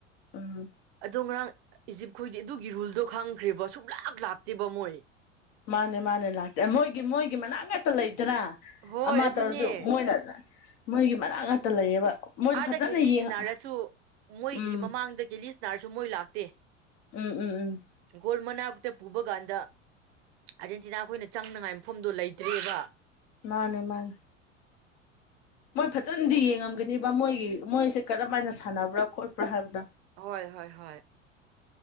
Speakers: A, on the left (about 50°); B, on the right (about 55°).
A: ꯎꯝ
B: ꯑꯗꯣ ꯉꯔꯥꯡ ꯏꯖꯤꯞꯈꯣꯏ ꯗꯤ ꯑꯗꯨꯒꯤ ꯔꯨꯜꯗꯣ ꯈꯪꯈ꯭ꯔꯦꯕ ꯁꯨꯛꯂꯥꯛ ꯂꯥꯛꯇꯦꯕ ꯃꯣꯏ
A: ꯃꯥꯅꯦ ꯃꯥꯅꯦ ꯂꯥꯛꯇꯦ ꯃꯣꯏꯒꯤ ꯃꯣꯏꯒꯤ ꯃꯅꯥꯛ ꯉꯛꯇ ꯂꯩ ꯇꯔꯥ
B: ꯍꯣꯏ
A: ꯑꯃ
B: ꯑꯗꯨꯅꯦ
A: ꯇꯧꯔꯁꯨ ꯃꯣꯏꯅ ꯃꯣꯏꯒꯤ ꯃꯅꯥꯛ ꯉꯥꯛꯇ ꯂꯩꯌꯦꯕ ꯃꯣꯏꯗꯣ
B: ꯑꯥꯗ
A: ꯐꯖꯅ
B: ꯒꯦꯂꯤꯁꯅꯥꯔꯁꯨ
A: ꯌꯦꯡꯉ
B: ꯃꯣꯏꯒꯤ
A: ꯎꯝ
B: ꯃꯃꯥꯡꯗ ꯒꯦꯂꯤꯁꯅꯥꯔꯁꯨ ꯃꯣꯏ ꯂꯥꯛꯇꯦ
A: ꯎꯝ ꯎꯝ ꯎꯝ
B: ꯒꯣꯜ ꯃꯅꯥꯛꯇ ꯄꯨꯕ ꯀꯥꯟꯗ ꯑꯥꯔꯖꯦꯟꯇꯤꯅꯥ ꯈꯣꯏꯅ ꯆꯪꯅꯉꯥꯏ ꯃꯐꯝꯗꯣ ꯂꯩꯇ꯭ꯔꯦꯕ
A: ꯃꯥꯅꯦ ꯃꯥꯅꯦ ꯃꯣꯏ ꯐꯖꯅꯗꯤ ꯌꯦꯡꯉꯝꯒꯅꯤꯕ ꯃꯣꯏꯒꯤ ꯃꯣꯏꯁꯦ ꯀꯔꯝ ꯍꯥꯏꯅ ꯁꯥꯟꯅꯕ꯭ꯔꯥ ꯈꯣꯠꯄ꯭ꯔꯥ ꯍꯥꯏꯕꯗꯣ
B: ꯍꯣꯏ ꯍꯣꯏ ꯍꯣꯏ